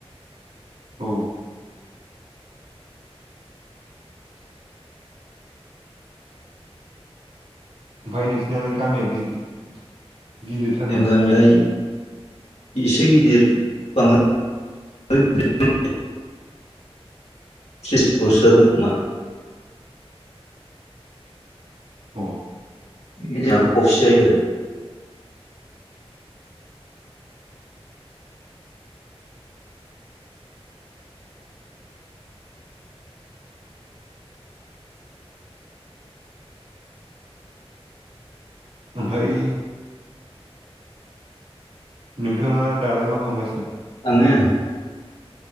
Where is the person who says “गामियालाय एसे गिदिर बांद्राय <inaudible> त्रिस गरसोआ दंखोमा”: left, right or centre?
Left